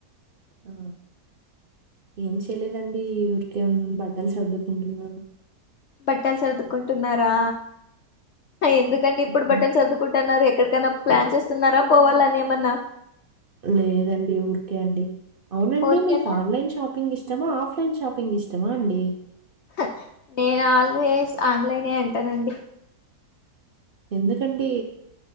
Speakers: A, on the right (about 65°); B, on the left (about 70°).
A: ఆ ఏం చేయలేదండి ఊరికే ఉన్నాను బట్టల్ సర్దుకుంటున్నాను
B: బట్టల్ చర్దుకుంటున్నారా ఎందుకండి ఇప్పుడు
A: ఉమ్,
B: బట్టలు చర్దుకుంటున్నారు ఎక్కడికైనా ప్లాన్ చేస్తున్నారా పోవాలని ఏమన్నా
A: లేదండి ఊరికే అండి అవునండి
B: ఊరికేనా
A: మీకు ఆన్లైన్ షాపింగ్ ఇష్టమా ఆఫ్లైన్ చాపింగ్ ఇష్టమా అండి
B: అ నేను ఆల్వేస్ ఆన్లైనే అంటానండి
A: ఎందుకండి